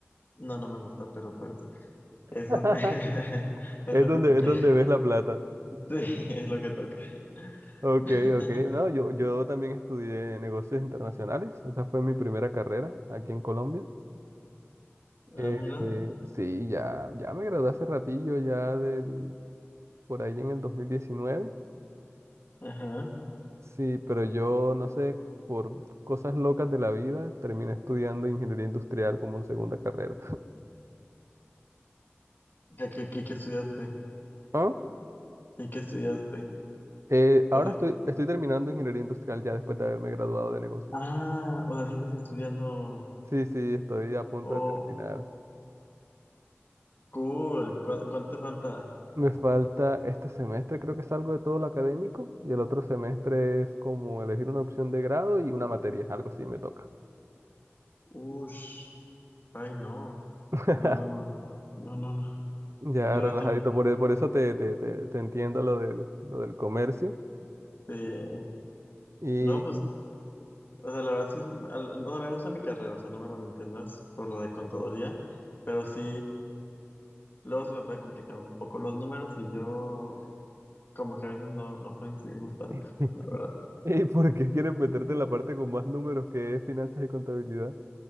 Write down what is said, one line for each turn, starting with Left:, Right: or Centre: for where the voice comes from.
Left: No, no me gusta, pero pues eso
Right: <laughs>
Left: <laughs> es
Right: Es
Left: lo
Right: donde,
Left: que toca.
Right: es donde
Left: <laughs>
Right: ves la plata.
Left: Sí, es lo que toca.
Right: Ok,
Left: <laughs>
Right: ok. No, yo, yo también estudié negocios internacionales. Esa fue mi primera carrera aquí en Colombia.
Left: Ah,
Right: Eh,
Left: mira.
Right: sí, ya, ya me gradué hace ratillo, ya del, por ahí en el dos mil diecinueve
Left: Ajá.
Right: Sí, pero yo no sé, por cosas locas de la vida, terminé estudiando ingeniería industrial como segunda carrera.
Left: ¿De qué, qué, qué estudiaste?
Right: Ah,
Left: ¿Y qué estudiaste?
Right: eh, ahora
Left: O sea,
Right: estoy, estoy terminando ingeniería industrial ya después de haberme graduado de negocios.
Left: ah, o sea, sigues estudiando.
Right: Sí, sí, estoy a punto
Left: Oh,
Right: de terminar.
Left: cool. ¿Cuá- ¿Cuánto te falta?
Right: Me falta este semestre, creo que es algo de todo lo académico, y el otro semestre es como elegir una opción de grado y una materia, algo así me toca.
Left: Ush. Ay, no.
Right: <laughs>
Left: No, no, no. No, no, no.
Right: Ya
Left: Yo
Right: relajadito,
Left: otra.
Right: por, e- por eso te, te, te, te entiendo lo del, lo del comercio.
Left: Este,
Right: Y
Left: no, pues, o sea, la verdad sí es, al- o sea, me gusta mi carrera, o sea, no me malentiendas por lo de contaduría, pero sí, luego se me puede complicar un poco los números y yo, como que a veces no, no coincidimos tanto,
Right: <laughs>
Left: la verdad.
Right: ¿Y por qué quieres meterte en la parte con más números que es finanzas y contabilidad?